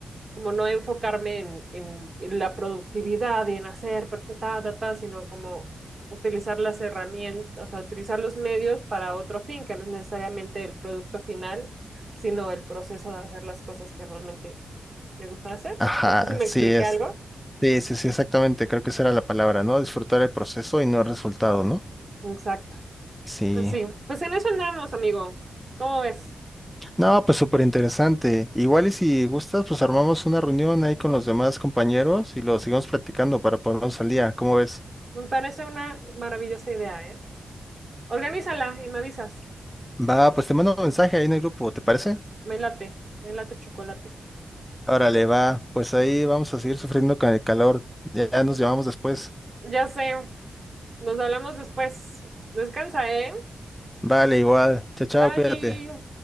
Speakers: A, on the right; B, in the centre.
A: como no enfocarme en, en- en la productividad y en hacer perfecta, ta, ta, sino como utilizar las herramientas, o sea, utilizar los medios para otro fin, que no es necesariamente el producto final, sino el proceso de hacer las cosas que realmente me gusta hacer.
B: Ajá,
A: No sé si me
B: sí
A: expliqué
B: es.
A: algo.
B: Sí, sí, sí, exactamente. Creo que esa era la palabra, ¿no? Disfrutar el proceso y no el resultado, ¿no?
A: Exacto.
B: Sí.
A: Pues sí, pues en eso andamos, amigo. ¿Cómo ves?
B: No, pues súper interesante. Igual y si gustas, pues armamos una reunión ahí con los demás compañeros y lo seguimos platicando para ponernos al día. ¿Cómo ves?
A: Me parece una maravillosa idea, ¿eh? Organízala y me avisas.
B: Va, pues te mando un mensaje ahí en el grupo, ¿te parece?
A: Me late, me late chocolate.
B: Órale, va, pues ahí vamos a seguir sufriendo con el calor. Ya nos llamamos después.
A: Ya sé, nos hablamos después. Descansa, ¿eh?
B: Vale, igual. Chao, chao,
A: Bye.
B: cuídate.